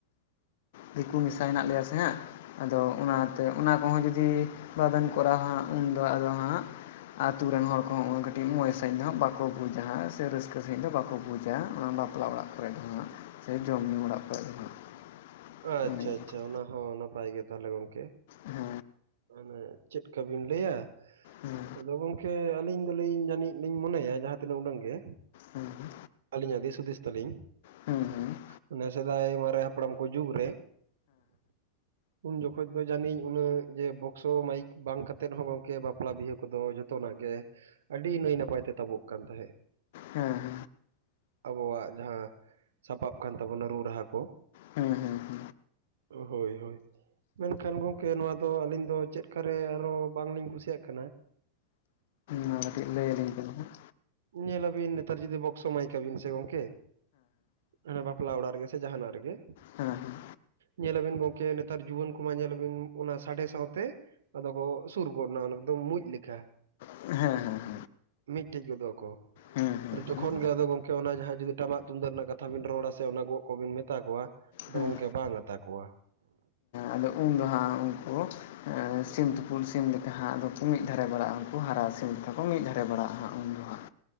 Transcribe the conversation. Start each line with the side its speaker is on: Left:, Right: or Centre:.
Left: ᱫᱤᱠᱩ ᱢᱮᱥᱟ ᱢᱮᱥᱟᱜ ᱞᱮᱭᱟ ᱥᱮ <unintelligible> ᱟᱫᱚ ᱚᱱᱟᱛᱮ ᱚᱱᱟ ᱠᱚᱦᱚᱸ ᱡᱚᱫᱤ ᱵᱟᱵᱮᱱ ᱠᱚᱨᱟᱣᱟ, ᱩᱱᱫᱚ ᱟᱫᱚ <unintelligible> ᱟᱛᱩ ᱨᱮᱱ ᱦᱚᱲ ᱠᱚᱦᱚᱸ ᱩᱱᱟᱹᱜ ᱠᱟᱹᱴᱤᱡ ᱢᱚᱡᱽ ᱥᱟᱺᱦᱤᱡ ᱫᱚ ᱵᱟᱠᱚᱼᱼ ᱵᱩᱡᱟ ᱥᱮ ᱨᱟᱹᱥᱠᱟᱹ ᱥᱟᱺᱦᱤᱡ ᱫᱚ ᱵᱟᱠᱚ ᱵᱩᱡᱟ, ᱚᱱᱟ ᱵᱟᱯᱞᱟ ᱚᱲᱟᱜ ᱠᱚᱨᱮ ᱫᱚ ᱦᱟᱸᱜ᱾ ᱥᱮ ᱡᱚᱢᱼ ᱧᱩᱩ ᱚᱲᱟᱜ ᱠᱚᱨᱮ ᱫᱚ ᱦᱟᱸᱜ <unintelligible>
Right: ᱟᱪᱪᱷᱟ
Left: ᱚᱱᱮ ᱚᱱᱠᱟ
Right: ᱟᱪᱪᱷᱟ, ᱚᱱᱟ ᱦᱚᱸ ᱱᱟᱯᱟᱭ ᱜᱮ ᱛᱟᱦᱚᱞᱮ ᱜᱚᱝᱠᱮ
Left: ᱦᱮᱸ
Right: <unintelligible> ᱪᱮᱫ ᱠᱟ ᱵᱮᱱ ᱞᱟᱹᱭᱟ?
Left: ᱦᱮᱸ
Right: ᱟᱫᱚ ᱜᱚᱝᱠᱮ ᱟᱹᱞᱤᱧ ᱫᱚᱞᱤᱧ ᱡᱟᱹᱱᱤᱡ ᱞᱤᱧ ᱢᱚᱱᱮᱭᱟ ᱡᱟᱦᱟᱸ ᱛᱤᱱᱟᱹᱜ ᱩᱰᱟᱹᱝ ᱜᱮ,
Left: ᱦᱮᱸᱸ <unintelligible>
Right: ᱟᱹᱞᱤᱧᱟᱜ ᱫᱤᱥ ᱦᱩᱫᱤᱥ ᱛᱟᱹᱞᱤᱧᱼᱼ
Left: ᱦᱮᱸ ᱦᱮᱸ <unintelligible>
Right: ᱦᱟᱱᱮ ᱥᱮᱫᱟᱭ ᱢᱟᱨᱮ ᱦᱟᱯᱲᱟᱢ ᱠᱚ ᱡᱩᱜᱽ ᱨᱮᱼᱼ ᱩᱱ ᱡᱚᱠᱷᱚᱡ ᱫᱚ ᱡᱟᱹᱱᱤᱡ ᱩᱱᱟᱹ ᱡᱮ ᱵᱚᱠᱥᱚ ᱢᱟᱭᱤᱠ ᱵᱟᱝ ᱠᱟᱛᱮᱫ ᱨᱮᱦᱚᱸ ᱜᱚᱝᱠᱮ, ᱵᱟᱯᱞᱟ ᱵᱤᱦᱟᱹ ᱠᱚᱫᱚ ᱡᱷᱚᱛᱚ ᱱᱟᱜ ᱜᱮᱼᱼ ᱟᱹᱰᱤ ᱱᱟᱹᱭ ᱱᱟᱯᱟᱭ ᱛᱮ ᱛᱟᱵᱚᱜ ᱠᱟᱱ ᱛᱟᱦᱮᱸᱜ᱾
Left: ᱦᱮᱸ
Right: ᱟᱵᱚᱣᱟᱜ ᱡᱟᱸᱦᱟ, ᱥᱟᱯᱟᱵ ᱠᱟᱱ ᱛᱟᱵᱚᱱᱟ ᱨᱩ ᱨᱟᱹᱦᱟ ᱠᱚᱼᱼ
Left: ᱦᱮᱸ ᱦᱮᱸ
Right: ᱦᱳᱭ ᱦᱳᱭ ᱢᱮᱱ ᱠᱷᱟᱱ ᱜᱚᱝᱠᱮ ᱱᱚᱣᱟᱼᱼ ᱫᱚ ᱟᱹᱞᱤᱧ ᱫᱚ ᱪᱮᱫ ᱠᱟᱨᱮ ᱟᱨ ᱦᱚᱸ ᱵᱟᱝ ᱞᱤᱧ ᱠᱩᱥᱤᱭ ᱟᱜ ᱠᱟᱱᱟ,
Left: ᱢᱟ <unintelligible> ᱠᱟᱹᱴᱤᱡ ᱞᱟᱹᱭ ᱟᱹᱞᱤᱧ ᱵᱤᱱ ᱦᱟᱸᱜ
Right: ᱧᱮᱞ ᱟᱵᱤᱱ ᱱᱮᱛᱟᱨ ᱡᱩᱫᱤ ᱵᱚᱠᱥᱚ ᱢᱟᱭᱤᱠ ᱟᱵᱤᱱ ᱥᱮ ᱜᱚᱝᱠᱮ, ᱦᱮᱸ ᱵᱟᱯᱞᱟ ᱚᱲᱟᱜ ᱨᱮ ᱜᱮ ᱥᱮ ᱡᱟᱦᱟ ᱱᱟᱜ ᱨᱮ ᱜᱮᱼᱼ
Left: ᱦᱮᱸᱦᱮᱸ <unintelligible>
Right: ᱧᱮᱞ ᱟᱵᱤᱱ ᱜᱚᱝᱠᱮ ᱱᱮᱛᱟᱨ ᱡᱩᱣᱟᱹᱱ ᱠᱚᱢᱟ ᱧᱮᱞ ᱟᱵᱤᱱ ᱚᱱᱟᱼᱼ ᱥᱟᱸᱰᱮ ᱥᱟᱶ ᱛᱮ, ᱟᱫᱚ ᱠᱚ ᱥᱩᱨ ᱜᱚᱫ ᱱᱟ ᱮᱠᱫᱚᱢ ᱢᱩᱸᱡ ᱞᱮᱠᱟ᱾
Left: ᱦᱮᱸ ᱦᱮᱸ ᱦᱮᱸ
Right: ᱢᱤᱫ ᱴᱷᱮᱡ ᱜᱚᱫᱚᱜ ᱟᱠᱚ
Left: ᱦᱮᱸ ᱦᱮᱸ ᱦᱮᱸ
Right: ᱟᱨ ᱡᱚᱠᱷᱚᱱ
Left: ᱦᱮᱸ
Right: ᱜᱮ ᱟᱫᱚ ᱜᱚᱝᱠᱮ ᱚᱱᱟ ᱡᱟᱦᱟ ᱡᱩᱫᱤ ᱴᱟᱢᱟᱠ ᱛᱩᱢᱫᱟᱜ ᱨᱮᱱᱟᱜ ᱠᱟᱛᱷᱟ ᱵᱤᱱ ᱨᱚᱲᱟ ᱥᱮ ᱚᱱᱟ ᱜᱚᱸᱜ ᱠᱚ ᱵᱤᱱ ᱢᱮᱛᱟ ᱠᱚᱣᱟᱼᱼ ᱟᱫᱚ
Left: ᱦᱮᱸ
Right: ᱜᱚᱝᱠᱮ ᱵᱟᱝ ᱟᱛᱟ ᱠᱚᱣᱟ᱾
Left: ᱟᱫᱚ ᱩᱱ ᱫᱚ ᱦᱟᱸᱜ ᱩᱱᱠᱩ <unintelligible> ᱥᱤᱢ ᱛᱩᱯᱩᱫ ᱥᱤᱢ ᱞᱮᱠᱟ ᱦᱟᱸᱜ ᱟᱫᱚ ᱠᱚ ᱢᱤᱫ ᱫᱷᱟᱨᱮ ᱵᱟᱲᱟᱜᱼᱟ, ᱩᱱᱠᱩ ᱦᱟᱨᱟᱣ ᱥᱤᱢ ᱞᱮᱠᱟ ᱠᱚ ᱢᱤᱫ ᱫᱷᱟᱨᱮ ᱵᱟᱲᱟᱜᱼᱟ ᱦᱟᱸᱜ ᱩᱱ ᱫᱚ ᱦᱟᱸᱜ᱾